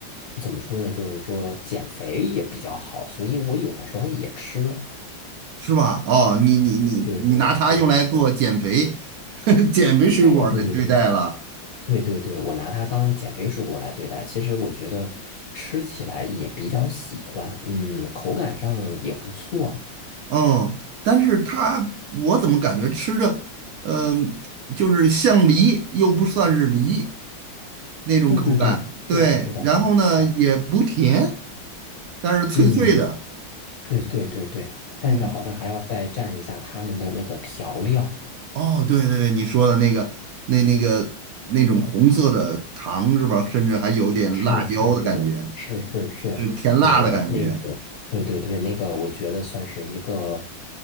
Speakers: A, on the left (about 55°); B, on the right (about 80°).
A: 怎么说呢？就是说减肥也比较好，所以我有的时候也吃。
B: 是吧？哦，你你你你拿它用来做减肥
A: 对对对，是的，是的。
B: <laughs> 减肥水果儿的对待了，
A: 哎，对对对对对对对，我拿它当减肥水果来对待，其实我觉得吃起来也比较喜欢，嗯，口感上也不错。
B: 嗯。但是它我怎么感觉吃着，嗯、就是像梨又不算是梨那种口感，
A: 对对对，
B: 对。
A: 是的，是的，
B: 然后呢，
A: 是的。
B: 也不甜，但是脆脆的，
A: 嗯。对对对对，但是好像还要再蘸一下他们的那个调料。
B: 嗯。哦，对对对，你说的那个那那个那种红色的糖是吧？甚至还有点辣椒的感觉，
A: 是是是是是是，
B: 是甜辣的感觉。
A: 就是那种，对对对，那个我觉得算是一个